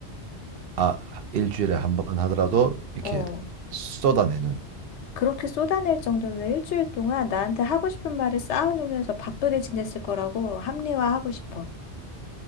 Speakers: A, on the right; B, on the left.
A: 아, 일주일에 한번 하더라도 이렇게
B: 어,
A: 쏟아내는.
B: 그렇게 쏟아낼 정도면 일주일 동안 나한테 하고 싶은 말을 쌓아놓으면서 바쁘게 지냈을 거라고 합리화하고 싶어.